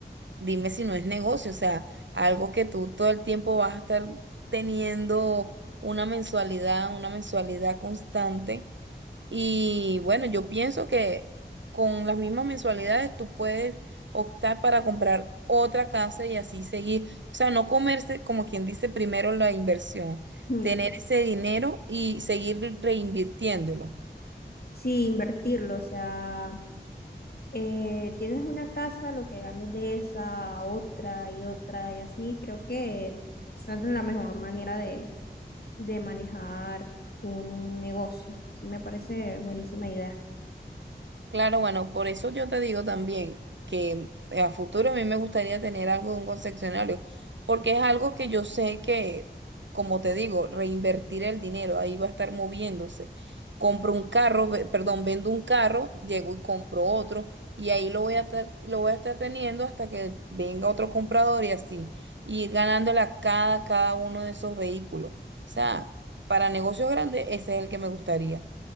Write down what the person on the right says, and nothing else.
dime si no es negocio, o sea, algo que tú todo el tiempo vas a estar teniendo una mensualidad, una mensualidad constante. Y bueno, yo pienso que con las mismas mensualidades tú puedes optar para comprar otra casa y así seguir, o sea, no comerse, como quien dice, primero la inversión,
tener ese dinero y seguir reinvirtiéndolo.
Claro, bueno, por eso yo te digo también que a futuro a mí me gustaría tener algo de un concesionario, porque es algo que yo sé que, como te digo, reinvertir el dinero, ahí va a estar moviéndose. Compro un carro, ve- perdón, vendo un carro, llego y compro otro, y ahí lo voy a estar, lo voy a estar teniendo hasta que venga otro comprador y así, y ir ganándole a cada, cada uno de esos vehículos. O sea, para negocios grandes, ese es el que me gustaría